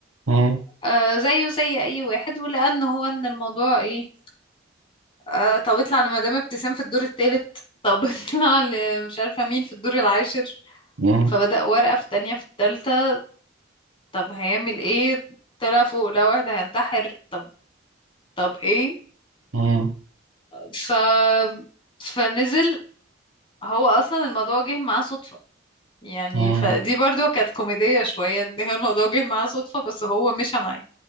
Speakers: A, on the right (about 85°); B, on the left (about 25°).
A: مم.
B: آه زيه زي أي واحد ولأن هو إن الموضوع إيه آه طب اطلع لمدام ابتسام في الدور التالت طب <laughs> اطلع لمش عارفة مين في الدور العاشر
A: مم.
B: فبدأ ورقة في التانية في التالتة طب هيعمل ايه طلع فوق لقى واحد هينتحر طب طب ايه
A: مم.
B: ف فنزل هو اصلا الموضوع جه معاه صدفة يعني
A: مم.
B: فدي برضو كانت كوميدية شوية ان هي الموضوع جه معاه صدفة بس هو مشى معاه